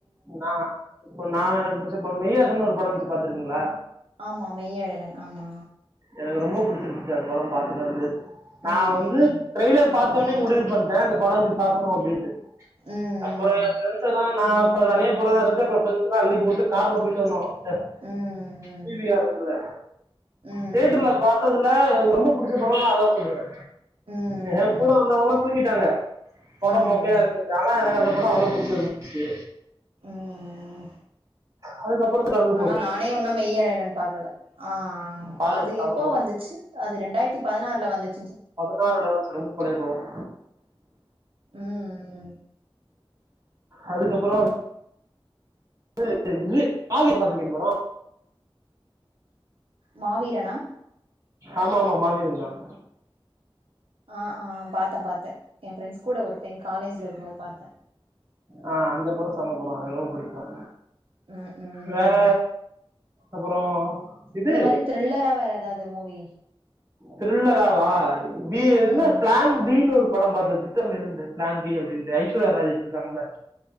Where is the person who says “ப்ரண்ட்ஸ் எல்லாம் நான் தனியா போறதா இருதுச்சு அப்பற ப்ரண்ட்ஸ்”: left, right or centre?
Right